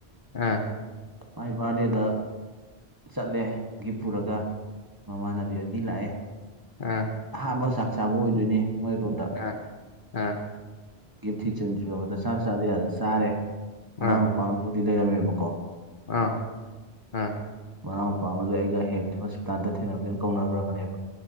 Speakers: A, on the left (about 55°); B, on the right (about 20°).
A: ꯎ
B: ꯃꯥꯏ ꯕꯥꯔꯗꯦꯗ ꯆꯠꯂꯦ ꯒꯤꯞ ꯄꯨꯔꯒ ꯃꯃꯥꯟꯅꯕꯤ ꯑꯗꯨ ꯃꯤ ꯂꯥꯛꯑꯦ
A: ꯎꯥ
B: ꯑꯍꯥꯟꯕ ꯆꯥꯛ ꯆꯥꯕ ꯑꯣꯏꯗꯣꯏꯅꯦ ꯃꯣꯏꯔꯣꯝꯇ
A: ꯑ ꯑ
B: ꯒꯤ ꯊꯤꯆꯟꯗ ꯆꯥꯛ ꯆꯥꯗ ꯌꯥꯗ ꯆꯥꯔꯦ ꯃꯅꯥꯎ
A: ꯑꯥ
B: ꯃꯄꯥꯅꯕꯨꯗꯤ ꯂꯩꯔꯝꯃꯦꯕꯀꯣ
A: ꯑꯥ ꯑꯥ
B: ꯃꯅꯥꯎ ꯃꯄꯥ ꯑꯃꯗꯨ ꯑꯩꯒ ꯍꯦ ꯍꯣꯁꯄꯤꯇꯥꯜꯗ ꯊꯦꯡꯅꯕꯗꯨ ꯑꯗꯨꯝ ꯀꯧꯅꯈ꯭ꯔꯕꯅꯦꯕ